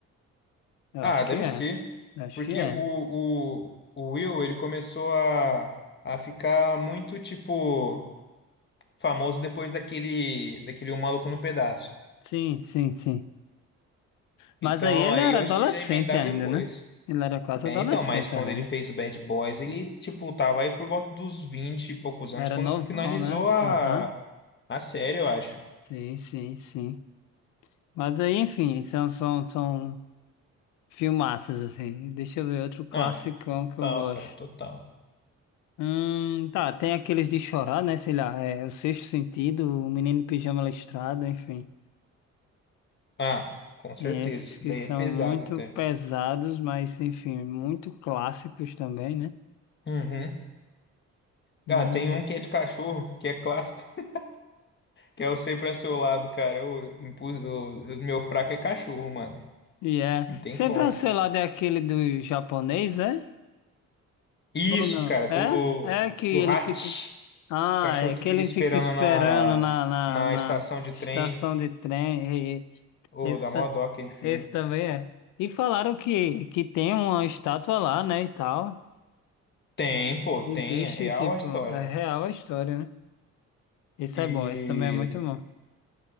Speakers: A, on the left (about 80°); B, on the left (about 35°).
A: Eu
B: Ah,
A: acho
B: deve
A: que é.
B: ser.
A: Eu acho
B: Porque
A: que é.
B: o, o, o Will, ele começou a, a ficar muito, tipo, famoso depois daquele, daquele Um Maluco no Pedaço.
A: Sim, sim, sim. Mas
B: Então,
A: aí ele
B: aí
A: era
B: eu
A: adolescente
B: acho que já emendaram
A: ainda,
B: depois.
A: né? Ele era quase
B: É,
A: adolescente
B: então, mas quando
A: ali,
B: ele
A: né?
B: fez o Bad Boys, ele, tipo, tava aí por volta dos 20 e poucos
A: Era
B: anos, quando
A: novão,
B: finalizou
A: né?
B: a,
A: Aham.
B: a série, eu acho.
A: Sim, sim, sim. Mas aí, enfim, são, são, são filmaças, assim. Deixa eu ver outro classicão
B: Ah, total,
A: que eu gosto.
B: cara, total.
A: Hum, tá, tem aqueles de chorar, né? Sei lá, é O Sexto Sentido, O Menino Pijama Listrado, enfim.
B: Ah, com certeza.
A: Tem esses
B: Isso
A: que
B: daí
A: são
B: é pesado
A: muito
B: até.
A: pesados, mas, enfim, muito clássicos também, né?
B: Uhum. Cara,
A: Hum,
B: tem um que é de cachorro, que é clássico. <laughs> Que é o sempre ao seu lado, cara. Eu, eu- meu fraco é cachorro, mano.
A: e é.
B: Não tem
A: Sempre,
B: como.
A: sei lá, daquele do japonês, é?
B: Isso,
A: Ou não?
B: cara, do,
A: É? É que ele
B: do Hatch.
A: fica. Ah,
B: O cachorro
A: é
B: que
A: que
B: fica
A: ele
B: esperando
A: fica esperando
B: na,
A: na, na,
B: na
A: na
B: estação de
A: estação
B: trem.
A: de trem. e-
B: Ô,
A: Esse,
B: da dá mó
A: ta-
B: dó aquele filme.
A: esse também é. E falaram que, que tem uma estátua lá, né, e tal.
B: Tem, pô, tem.
A: Existe,
B: É real
A: tipo,
B: a história.
A: é real a história, né? Isso
B: E,
A: é bom, isso também é muito bom.